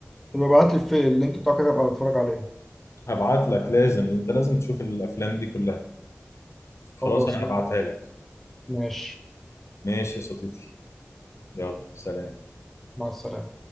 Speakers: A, in the centre; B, on the left.
A: يبقى ابعت لي في اللينك بتاعك كده ابقى اتفرج عليه
B: هبعت لك لازم انت لازم تشوف الافلام دي كلها خلاص
A: خلاص
B: انا
A: ماشي
B: هبعتها لك
A: ماشي.
B: ماشي يا صديقي يلا سلام
A: مع السلامه